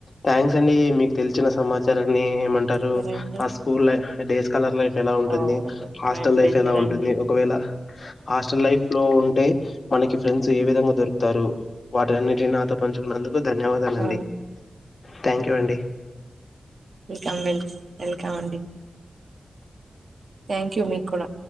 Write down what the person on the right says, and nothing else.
సరే అండి
ఆ
మై ప్లేజర్
అండి
ఆ
వెల్కమ్ వెల్ వెల్కం అండి థ్యాంక్ యూ మీకూడా